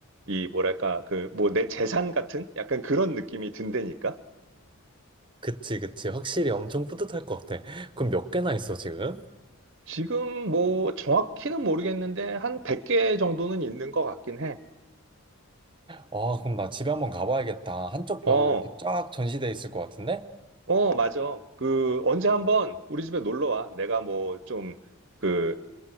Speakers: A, on the right; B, on the right.
A: 이 뭐랄까 그 뭐 내 재산 같은 약간 그런 느낌이 든다니까.
B: 그치, 그치. 확실히 엄청 뿌듯할 것 같아. 그럼 몇 개나 있어, 지금?
A: 지금 뭐 정확히는 모르겠는데 한 100개 정도는 있는 것 같긴 해.
B: 아, 그럼 나 집에 한번 가봐야겠다. 한쪽 벽에
A: 어,
B: 이렇게 쫙 전시돼 있을 것 같은데?
A: 어, 맞아. 그 언제 한번 우리 집에 놀러 와. 내가 뭐 좀 그,